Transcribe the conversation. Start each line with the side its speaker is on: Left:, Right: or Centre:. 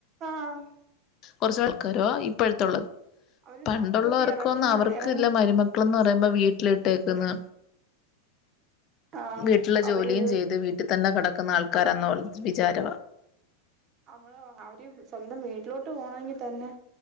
Right: ആഹ്
Left: കുറച്ച് ആൾക്കാരുമാ ഇപ്പഴത്തുള്ളത്
Right: അവര്
Left: പണ്ടുള്ളവർക്കൊന്നും
Right: സമൂഹത്തി എറങ്ങുന്ന
Left: അവർക്ക്
Right: എറങ്ങി
Left: ഇല്ല മരുമക്കൾന്ന് പറയുമ്പോ വീട്ടിലിട്ടേക്കുന്ന
Right: ആഹ്
Left: വീട്ടിലെ
Right: അവരൊരു
Left: ജോലിയും ചെയ്ത് വീട്ടിൽ തന്നെ കിടക്കുന്ന ആൾക്കാരാന്നോള്ള വിചാര
Right: അവള് അവര് സ്വന്തം വീട്ടിലോട്ട് പോണമെങ്കിൽ തന്നെ